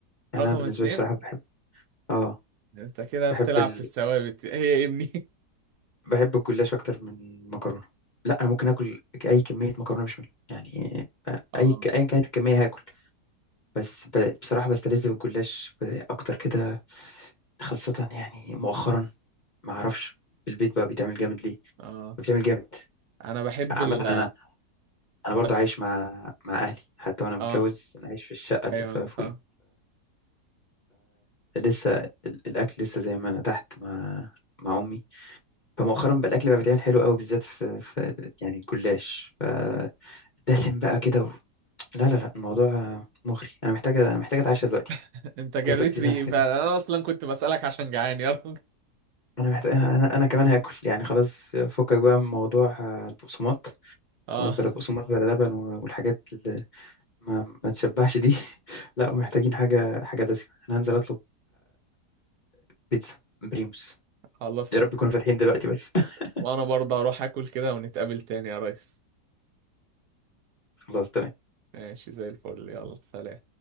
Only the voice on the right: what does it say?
رقم
اتنين
انت كده
بتلعب
في الثوابت <laughs> هي يا ابني <laughs>
اه
اه
انا بحب
ال
بس
اه
ايوه
انا
فاهم
<laughs> انت جريت
ريقي
فعلا انا اصلا كنت بسألك عشان جعان يا راجل <laughs>
اه
خلصت
و- وانا برضه اروح اكل كده ونتقابل تاني يا ريس
ماشي زي الفل يلا سلام